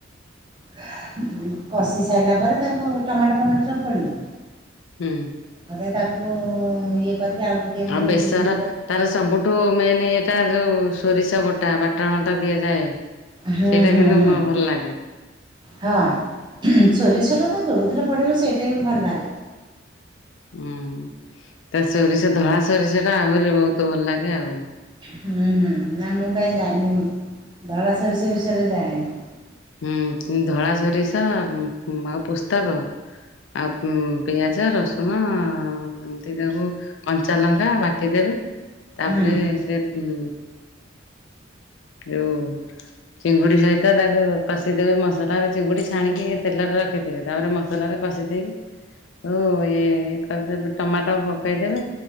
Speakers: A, on the right; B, on the left.
A: କଷିବ। କଷି ସି ସାଇଲା ପରେ ତାକୁ ଟମାଟୋ ଫମାଟୋ ସବୁ ପଡ଼ିବ।
B: ହୁଁ।
A: ତାପରେ ତାକୁ ଇଏ କରିକି ଆଉ ଟିକେ ମାନେ
B: ଆଉ ବେସର।
A: ଚିଙ୍ଗୁଡ଼ି ପକେଇ
B: ତାର ସବୁଠୁ ମେନେ ଇଏଟା ଯୋଉ ସୋରିଷ ବଟା ବାଟଣଟା ଦିଆଯାଏ।
A: ହଁ
B: ସେଇଟା
A: ହଁ
B: କିନ୍ତୁ
A: ହଁ
B: ମୋ ଭଲ ଲାଗେ।
A: ହଁ ସୋରିଷୋଟା ତ ଯୋଉଥିରେ ପଡ଼ିବ ସେଇଟା ହିଁ ଭଲ ଲାଗେ।
B: ହୁଁ ତ ସୋରିଷ ଧଳା ସୋରିଷ ଟା ଆହୁରି ବହୁତ ଭଲ ଲାଗେ ଆଉ।
A: ହୁଁ, ହୁଁ, ନା ମୁଁ କାଇଁ ଜାଣିନେହିଁ ଧଳା ସୋରିଷ ବିଷୟରେ ଜାଣିନି।
B: ହୁଁ ଧଳା ସୋରିଷ ଆଉ ପୋସ୍ତକ। ଆଉ ପିଆଜ, ରସୁଣ ଏମିତି ତାକୁ କଞ୍ଚା ଲଙ୍କା ବାଟିଦବେ, ତାପରେ
A: ହଁ ହଁ
B: ସେ ଉଁ ଯୋଉ ଚିଙ୍ଗୁଡ଼ି ସହିତ ତାକୁ କଷିଦେବେ ମସଲାରେ ଚିଙ୍ଗୁଡ଼ି ଛାଣିକି ତେଲରେ ରଖିଥିବେ, ତାପରେ ମସ ମସଲାରେ କଷି ଦେଇେକି ଯୋଉ ଇଏ କରିଦେବେ ଟୋମାଟୋ ପକେଇଦେବେ।